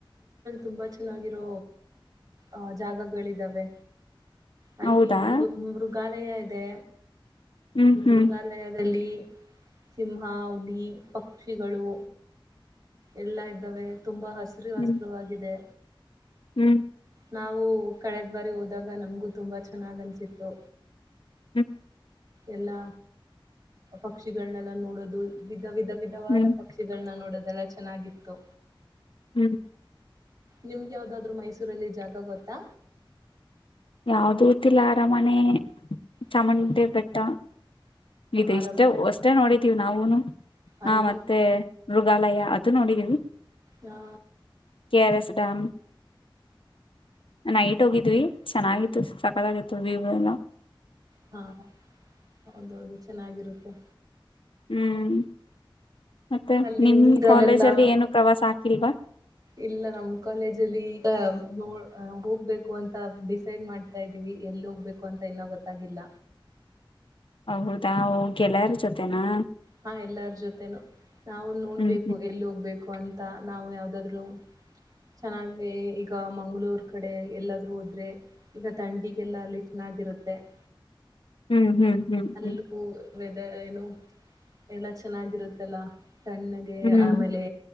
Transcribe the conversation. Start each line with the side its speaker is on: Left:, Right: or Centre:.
Right: ತುಂಬಾ ಚೆನ್ನಾಗಿರೋ ಅ ಜಾಗಗಳಿದ್ದಾವೆ. ಅಲ್ಲಿ
Left: ಹೌದಾ
Right: ಒಂದು ಮೃಗಾಲಯ ಅದೇ
Left: ಹ್ಮ್ ಹ್ಮ್
Right: ಮೃಗಾಲಯದಲ್ಲಿ ಸಿಂಹ ಹುಲಿ ಪಕ್ಷಿಗಳು ಎಲ್ಲಾ ಇದ್ದಾವೆ ತುಂಬಾ ಹಸ ಹೆಸ್ರ ವಾಸ್ತುವಾಗಿದೆ.
Left: ಹ್ಮ್ ಹ್ಮ್
Right: ನಾವು ಕಳೆದ ಬಾರಿ ಹೋದಾಗ ನಮ್ಗೂ ತುಂಬಾ ಚೆನ್ನಾಗ್ ಅನ್ಸಿತ್ತು.
Left: ಹ್ಮ
Right: ಎಲ್ಲಾ ಪಕ್ಷಿಗಳನ್ನೆಲ್ಲ ನೋಡೋದು ವಿಧ ವಿಧವಾದ
Left: ಹ್ಮ್
Right: ಪಕ್ಷಿಗಳನ್ನ ನೋಡ ಅದೆಲ್ಲ ಚೆನ್ನಾಗಿತ್ತು.
Left: ಹ್ಮ್
Right: ನಿಮ್ಗೆ ಯಾವ್ದಾದ್ರು ಮೈಸೂರಲ್ಲಿ ಜಾಗಾ ಗೊತ್ತಾ.
Left: ಯಾವ್ದೂತಿಲ್ಲ ಅರಮನೆ ಚಾಮುಂಡಿ
Right: ಹ
Left: ಬೆಟ್ಟ ಇದು
Right: ಅರಮ
Left: ಇಷ್ಟ ವಷ್ಟೇ ನೋಡಿದ ನಾವೂನು
Right: ಅರಮನೆ
Left: ಹಾ ಮತ್ತೆ ಮೃಗಾಲಯ ಅದು ನೋಡಿದೀವಿ.
Right: ಹಾ
Left: K R S dam. Night ಹೋಗಿದ್ವಿ ಚೆನ್ನಾಗಿತ್ತು ಸಕತ್ತಾಗಿತ್ತು ವ್ಯೂ ಎಲ್ಲಾ.
Right: ಹಾ ಹೌದುೌದು ಚೆನ್ನಾಗಿರುತ್ತೆ
Left: ಹ್ಮ್ ಮತ್ತೆ
Right: ಅಲ್ಲಿ
Left: ನಿಮ್
Right: ನೀರಲ್ಲೆಲ್ಲಾ
Left: ಕಾಲೇಜ ಅಲ್ಲಿ ಏನು ಪ್ರವಾಸ ಆಾಕ್ತ ಕಿವಾ
Right: ಇಲ್ಲ ನಮ್ ಕಾಲೇಜ ಅಲ್ಲಿ ಈಗ ನೋ ಹೋಗ್ಬೇಕು ಅಂತ ಡಿಸೈಡ್ ಮಾಡ್ತಾ ಇದ್ದೀವಿ ಎಲ್ಲಿ ಹೋಗ್ಬೇಕು ಅಂತ ಇನ್ನ ಗೊತ್ತಾಗಿಲ್ಲ
Left: ಹೌದಾ ಗೆಳೆಯಾರ ಜೊತೆೇನಾ
Right: ಹಾ ಎಲ್ಲಾರ ಜೊತೆೇನು ನಾವು ನೋಡ್ಬೇಕು
Left: ಹ್ಮ್ ಹ್ಮ್
Right: ಎಲ್ಲಿ ಹೋಗ್ಬೇಕು ಅಂತ ನಾವು ಯಾವದಾದ್ರು ಚೆನ್ನಾಗಿ ಈಗ ಮಂ್ಗಳೂರು ಕಡೆ ಎಲ್ಲಾದ್ರೂ ಹೋದ್ರೆ ಈಗ ತಂಡಿಗೆಲ್ಲ ಅ ಲ ಚನ್ನಾಗಿರುತ್ತೆ ತ್ತ
Left: ಹ್ಮ್ ಹ್ಮ್ ಹ್ಮ್
Right: ಹಲ್ಲು
Left: ಹ್ಮ್ ಹ್ಮ್
Right: ಪೂ ವದ ಏನು ಎಲ್ಲಾ ಚೆನ್ನಾಗಿರುತ್ತಲ್ಲ ಸಣ್ಣಗೆ
Left: ಹ್ಮ್
Right: ಆಮೇಲೆ